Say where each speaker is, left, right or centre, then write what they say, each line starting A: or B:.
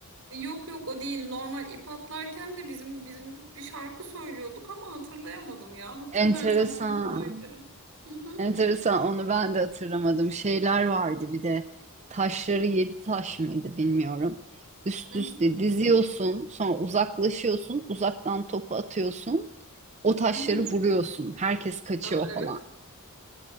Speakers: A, on the right; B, on the right.
A: Yok yok o değil. Normal ip atlarken de bizim bizim bir şarkı söylüyorduk ama hatırlayamadım ya. Hatırlarsam
B: Enteresan.
A: sana söylerim. Hı hı,
B: Enteresan onu ben de hatırlamadım. Şeyler vardı bir de taşları yedi taş mıydı bilmiyorum. Üst
A: hı
B: üste
A: hı,
B: diziyorsun sonra uzaklaşıyorsun uzaktan topu atıyorsun o taşları
A: hı hı.
B: vuruyorsun herkes kaçıyor
A: Aa, evet.
B: falan.